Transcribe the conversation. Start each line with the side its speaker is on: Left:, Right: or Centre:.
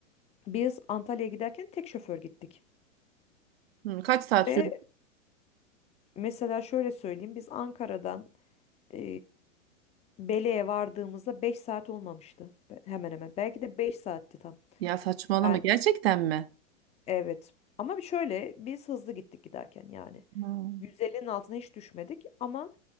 Left: Biz Antalya'ya giderken tek şoför gittik.
Right: Hı, kaç saat
Left: Ve
Right: sürüyor?
Left: mesela şöyle söyleyeyim biz Ankara'dan e, Belek'e vardığımızda 5 saat olmamıştı. Be- Hemen hemen. Belki de 5 saatti tam.
Right: Ya saçmalama
Left: Yani
Right: gerçekten mi?
Left: Evet. Ama bir şöyle biz hızlı gittik giderken yani.
Right: Hmm.
Left: 150'nin altına hiç düşmedik ama